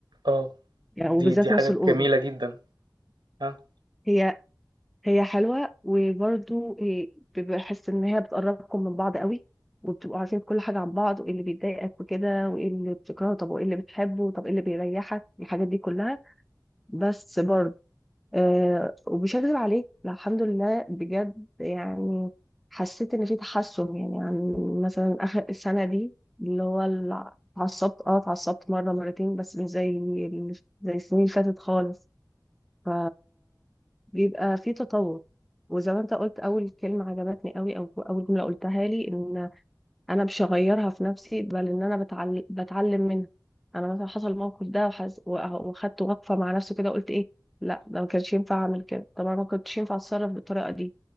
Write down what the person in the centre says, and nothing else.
يعني
وبالذات
نفس الأوضة
هي هي حلوة وبرضو هي- بحس ان هي بتقربكم من بعض قوي وبتبقوا عارفين كل حاجة عن بعض وايه اللي بيضايقك وكده وايه اللي بتكرهه طب وايه اللي بتحبه طب ايه اللي بيريحك الحاجات دي كلها بس برضو أه ومش هكذب عليك الحمد لله بجد يعني حسيت ان في تحسن يعني عن مثلا اخر السنه دي اللي هو ال- اتعصبت اه اتعصبت مره مرتين بس مش زي ال- زي السنين اللي فاتت خالص ف بيبقى في تطور وزي ما انت قلت اول كلمه عجبتني قوي او اول جمله قلتها لي ان انا مش هغيرها في نفسي بل ان انا بتعلم بتعلم منها انا مثلا حصل الموقف ده وحز... وأه- وخدت وقفه مع نفسي كده قلت ايه لا ده ما كانش ينفع اعمل كده طبعا ما كنتش ينفع اتصرف بالطريقه دي